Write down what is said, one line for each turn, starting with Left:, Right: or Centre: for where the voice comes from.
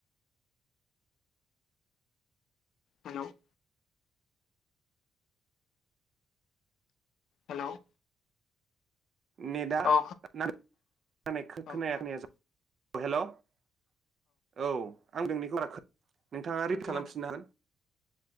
Left: हेलौ '। हेलौ'।
Right: नेटआ
Left: औ
Right: नां नानै खोनाया
Left: खोनाबाय
Right: खोनाय़ा जा <unintelligible> औ हेल'। औ। आं नोंनैखौ राखो <unintelligible> नोंथाङा रिड
Left: खोनादों
Right: खालामफिननो हागोन।